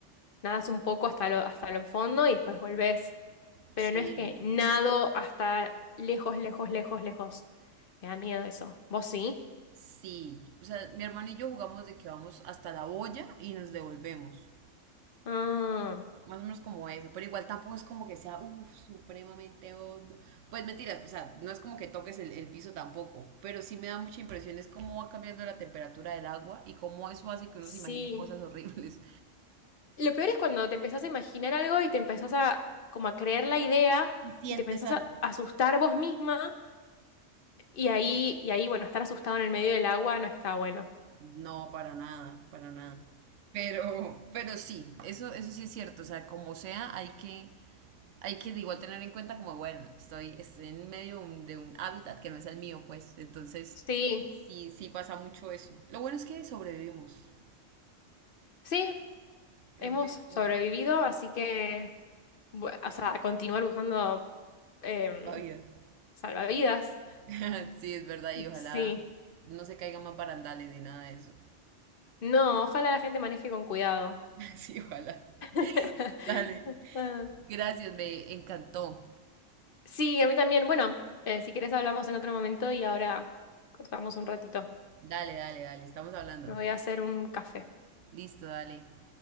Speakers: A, on the left (about 50°); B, on the right (about 75°).
A: nadas un poco hasta lo, hasta el fondo y después volvés? pero
B: Sí,
A: no es que nado hasta lejos, lejos, lejos, lejos. Me da miedo eso. ¿Vos sí?
B: sí. O sea, mi hermano y yo jugamos de que vamos hasta la boya y nos devolvemos.
A: Ah,
B: Más o menos como eso, pero igual tampoco es como que sea uf, supremamente hondo. Pues mentiras, o sea, no es como que toques el, el piso tampoco, pero sí me da mucha impresión es cómo va cambiando la temperatura del agua y cómo eso hace que uno
A: sí.
B: se imagine cosas horribles.
A: Lo peor es cuando te empezás a imaginar algo y te empezás a como a creer la idea
B: ¿Y sientes
A: y te empezás
B: algo?
A: a asustar vos misma y ahí, y ahí, bueno, estar asustado en el medio del agua no está bueno.
B: No, para nada, para nada. Pero, pero sí, eso, eso sí es cierto, o sea, como sea, hay que, hay que igual tener en cuenta como, bueno, estoy, estoy en medio de un, de un hábitat que no es el mío, pues, entonces
A: Sí,
B: sí, sí pasa mucho eso. Lo bueno es que sobrevivimos.
A: sí,
B: En
A: hemos
B: vez de
A: sobrevivido, así que, bu- o sea, continuar usando em,
B: salvavidas.
A: salvavidas.
B: <laughs> Sí, es verdad, y ojalá
A: Sí.
B: no se caigan más barandales ni nada de eso.
A: No, ojalá la gente maneje con cuidado.
B: <laughs> Sí, ojalá.
A: <laughs>
B: Dale.
A: Ah,
B: Gracias, me encantó.
A: Sí, a mí también. Bueno, eh, si querés hablamos en otro momento y ahora cortamos un ratito.
B: Dale, dale, dale. Estamos hablando.
A: Me voy a hacer un café.
B: Listo, dale.